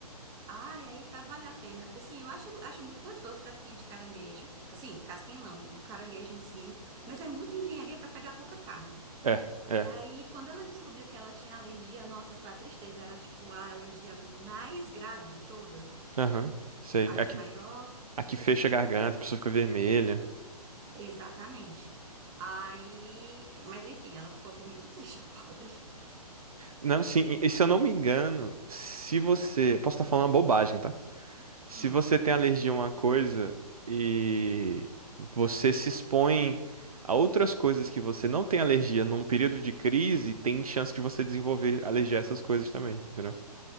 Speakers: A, on the right (about 15°); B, on the right (about 60°).
A: ai, aí vai valer a pena. Assim, eu acho, acho muito gostoso casquinha de caranguejo. Assim, casquinha não, o caranguejo em si. Mas é muita engenharia pra pegar pouca carne.
B: É, é.
A: E aí, quando ela descobriu que ela tinha alergia, nossa, foi a tristeza. Era tipo a alergia mais grave de todas.
B: Aham. Sei.
A: A
B: Aqui,
A: de maior?
B: aqui fecha a garganta, a pessoa fica vermelha.
A: Exatamente. Aí. Mas enfim, ela ficou foi muito triste, <laughs> a pobre.
B: Não, sim, e se eu não me engano, se você. eu Posso estar falando uma bobagem, tá? Se
A: Hum.
B: você tem alergia a uma coisa e você se expõe a outras coisas que você não tem alergia num período de crise, tem chance de você desenvolver alergia a essas coisas também, entendeu?